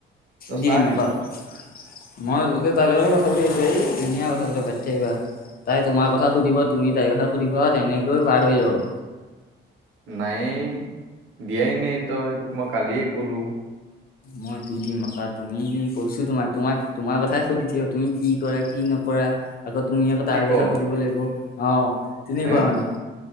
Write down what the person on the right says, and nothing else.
তই
চা
নিজে
নায়েই, দিয়াই নে তই তোক মই কালিয়ে কলোঁ।
কি
ক
হে